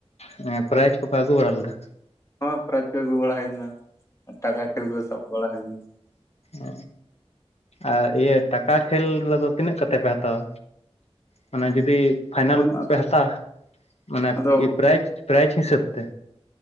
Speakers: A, on the left; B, on the left.
A: ᱦᱮᱸᱜ-ᱮ ᱯᱨᱟᱭᱤᱡ ᱠᱚᱯᱮ ᱟᱹᱜᱩ ᱵᱟᱲᱟ ᱞᱮᱫᱟ᱾
B: ᱦᱸ ᱯᱨᱟᱭᱤᱡᱽ ᱠᱚ ᱟᱹᱜᱩ ᱵᱟᱲᱟ ᱦᱩᱭᱱᱟ ᱟᱨ ᱴᱟᱠᱟ ᱠᱷᱮᱞ ᱠᱚᱫᱚ ᱥᱟᱵ ᱵᱟᱲᱟ ᱦᱩᱭ <unintelligible>
A: ᱚ ᱟᱨ ᱤᱭᱟᱹ ᱴᱟᱠᱟ ᱠᱷᱮᱞ ᱨᱮᱫᱚ ᱛᱤᱱᱟᱹᱜ ᱠᱟᱛᱮ ᱯᱮ ᱦᱟᱛᱟᱣᱟ? ᱢᱟᱱᱮ ᱡᱩᱫᱤ ᱯᱷᱟᱭᱱᱟᱞ
B: ᱞᱮᱱᱟ ᱟᱫᱚ
A: ᱯᱮ ᱦᱟᱛᱟᱣᱟ ᱢᱟᱱᱮ
B: ᱟᱫᱚ
A: ᱯᱨᱟᱭᱤᱡᱽ ᱯᱨᱟᱭᱤᱡᱽ ᱦᱤᱥᱟᱹᱵ ᱛᱮ᱾